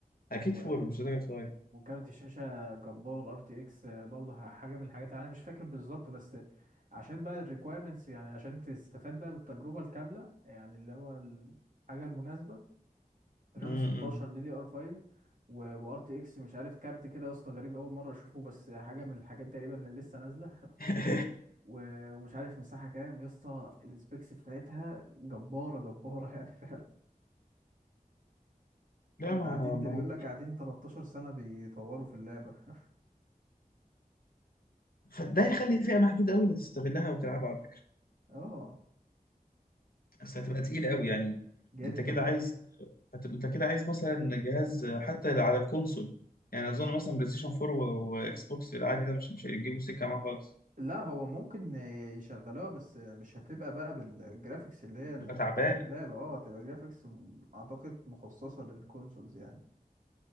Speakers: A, on the left; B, on the right.
A: اكيد
B: و...
A: فور مش هتبقى صغير
B: وكارت الشاشة جبار ار تي اكس آه، برضه ح- حاجة من الحاجات اللي انا مش فاكر بالظبط بس عشان بقى الريكويرمنتس يعني عشان تستفاد بقى بالتجربة الكاملة يعني اللي هو الحاجة المناسبة رام
A: امم
B: 16 دي دي ار 5 وار تي اكس مش عارف كارت كده يا اسطى غريب اول مره اشوفه بس حاجه من الحاجات تقريبا اللي لسه نازله
A: <laughs>
B: <laughs> و- ومش عارف مساحه كام يا اسطى السبيكس بتاعتها جباره جباره يعني <laughs> فعلا
A: لا ما
B: قاعدين ده
A: ما
B: بيقول
A: هو
B: لك قاعدين 13 سنه بيطوروا في اللعبه <laughs>
A: فده يخلي فئة محدودة قوي اللي تستغلها وتلعبها على فكرة
B: اه
A: بس هتبقى تقيلة قوي يعني
B: جدا
A: انت كده عايز هت- انت كده عايز مثلا جهاز حتى على الكونسول يعني اظن مثلا بلاي ستيشن 4 و- واكس بوكس العادي ده مش مش هيجيبوا سكة معاه خالص
B: لا هو ممكن يشغلوها بس مش هتبقى بقى بالجرافيكس اللي هي ال-
A: تبقى تعبانة
B: بتاعت اللعبة اه هتبقى جرافيكس م- اعتقد مخصصة للكونسولز يعني